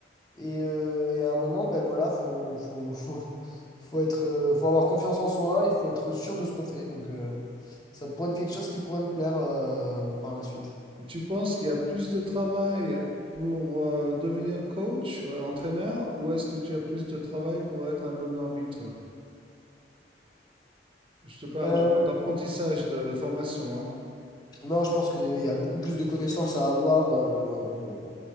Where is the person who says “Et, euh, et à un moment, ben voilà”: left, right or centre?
Left